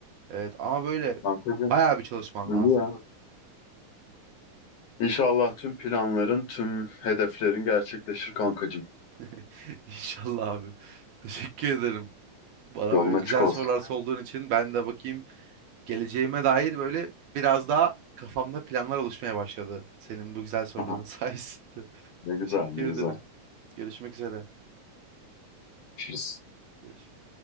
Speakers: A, on the right; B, on the left.
A: Evet ama böyle
B: Kankacığım,
A: bayağı bir çalışman
B: iyi
A: lazım.
B: ya. İnşallah tüm planların, tüm hedeflerin gerçekleşir kankacığım.
A: <laughs> İnşallah abi. Teşekkür ederim. Bana
B: Yolun
A: böyle
B: açık
A: güzel
B: olsun.
A: sorular sorduğun için ben de bakayım geleceğime dair böyle biraz daha kafamda planlar oluşmaya başladı. Senin bu güzel soruların
B: <laughs> Aha,
A: sayesinde. <laughs>
B: ne güzel,
A: Teşekkür
B: ne
A: ederim.
B: güzel.
A: Görüşmek üzere.
B: Görüşürüz.
A: Görüşürüz.